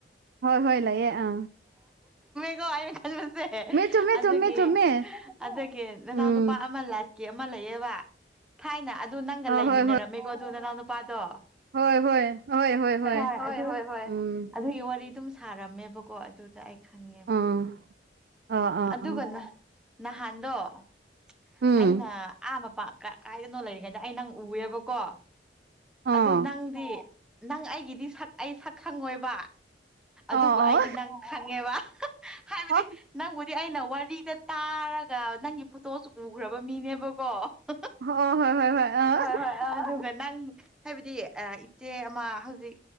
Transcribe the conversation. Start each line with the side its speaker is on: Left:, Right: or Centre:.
Right: ꯍꯣꯏ ꯍꯣꯏ ꯂꯥꯩꯌꯦ ꯑ
Centre: <unintelligible> ꯑꯩꯅ ꯈꯟꯕꯁꯦ
Right: ꯆꯨꯝꯃꯦ
Centre: ꯑꯗꯨꯒꯤ
Right: ꯆꯨꯝꯃꯦ ꯆꯨꯝꯃꯦ
Centre: ꯑꯗꯨꯒꯤ ꯅꯅꯥꯎ
Right: ꯎꯝ
Centre: ꯅꯨꯨꯄꯥ ꯑꯃ ꯂꯥꯛꯀꯦ ꯑꯃ ꯂꯩꯌꯦꯕ ꯊꯥꯏꯅ ꯑꯗꯨ ꯅꯪꯒ
Right: ꯑ
Centre: ꯂꯩꯃꯤꯟꯅꯔꯝꯃꯦꯀꯣ
Right: ꯍꯣꯏ ꯍꯣꯏ
Centre: ꯑꯗꯨ ꯅꯅꯥꯎ ꯅꯨꯄꯥꯗꯣ꯫
Right: ꯍꯣꯏ ꯍꯣꯏ ꯍꯣꯏ ꯍꯣꯏ
Centre: <unintelligible>
Right: ꯍꯣꯏ
Centre: ꯍꯣꯢ ꯍꯣꯏ ꯍꯣꯏ
Right: ꯎꯝ
Centre: ꯑꯗꯨꯒꯤ ꯋꯥꯔꯤ ꯑꯗꯨꯝ ꯁꯥꯔꯝꯃꯦꯕꯀꯣ ꯑꯗꯨꯗ ꯑꯩ ꯈꯪꯉꯦ꯫
Right: ꯑꯥ ꯑꯥ ꯑꯥ
Centre: ꯑꯗꯨꯒꯅ
Right: ꯑꯥ
Centre: ꯅꯍꯥꯟꯗꯣ
Right: ꯎꯝ
Centre: ꯑꯩꯅ ꯑꯥ ꯃꯄꯥ ꯀꯥꯏꯗꯅꯣ ꯂꯩꯔꯤꯉꯩꯗ ꯑꯩ ꯅꯪ ꯎꯋꯦꯕꯀꯣ꯫
Right: ꯑꯥ
Centre: ꯑꯗꯨ ꯅꯪꯗꯤ ꯅꯪ ꯑꯩꯒꯤꯗꯤ ꯁꯛ ꯑꯩ ꯁꯛ ꯈꯪꯉꯣꯏꯕ꯫ ꯑꯗꯨꯕꯨ
Right: ꯑꯥ
Centre: ꯑꯩꯗꯤ
Right: ꯑꯥ
Centre: ꯅꯪ ꯈꯪꯉꯦꯕ ꯍꯥꯏꯕꯗꯤ
Right: ꯑꯥ
Centre: ꯅꯪꯕꯨꯗꯤ ꯑꯩꯅ ꯋꯥꯔꯤꯗ ꯇꯥꯔꯒ ꯅꯪꯒꯤ ꯐꯣꯇꯣꯁꯨ ꯎꯒ꯭ꯔꯕ ꯃꯤꯅꯦꯕꯀꯣ꯫ <unintelligible>
Right: ꯍꯣꯏ ꯍꯣꯏ ꯍꯣꯏ ꯑ
Centre: ꯍꯣꯏ ꯍꯣꯏ ꯑꯗꯨꯒ ꯅꯪ ꯍꯥꯏꯕꯗꯤ ꯄ ꯏꯆꯦ ꯃꯥ ꯍꯧꯖꯤꯛ